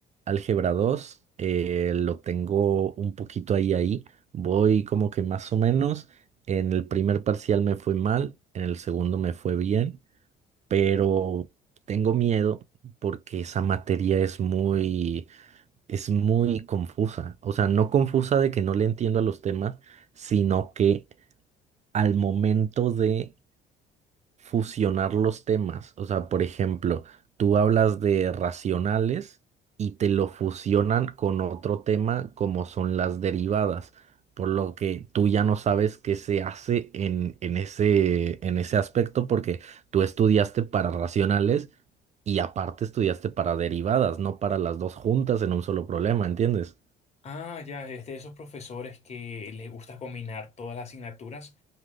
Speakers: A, on the right; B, on the left.
A: álgebra 2 eh, lo tengo un poquito ahí ahí, voy como que más o menos, en el primer parcial me fue mal, en el segundo me fue bien, pero tengo miedo porque esa materia es muy, es muy confusa, o sea, no confusa de que no le entiendo a los temas, sino que al momento de fusionar los temas. O sea, por ejemplo, tú hablas de racionales y te lo fusionan con otro tema como son las derivadas, por lo que tú ya no sabes qué se hace en, en ese, en ese aspecto porque tú estudiaste para racionales y aparte estudiaste para derivadas, no para las dos juntas en un solo problema, ¿entiendes?
B: Ah, ya, es de esos profesores que les gusta combinar todas las asignaturas,